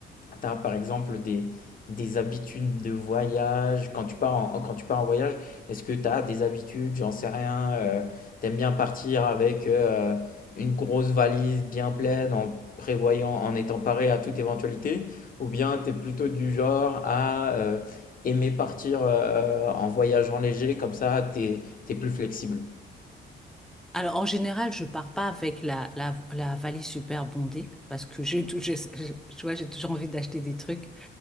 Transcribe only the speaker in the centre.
Alors, en général, je pars pas avec la, la, la valise super bondée parce que j'ai tout, j'ai- j'ai- tu vois, j'ai toujours envie d'acheter des trucs.